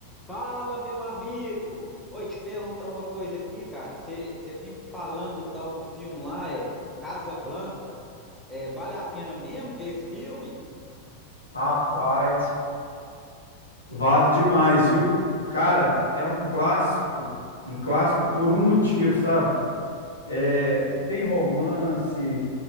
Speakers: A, in the centre; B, on the left.
A: Fala, meu amigo! Oi, te perguntar uma coisa aqui, cara. Você vive falando do tal do filme lá, é Casa Blanca. É, vale a pena mesmo ver esse filme?
B: Rapaz, vale demais, viu? Cara, é um clássico, um clássico por um motivo, sabe? É, tem romance,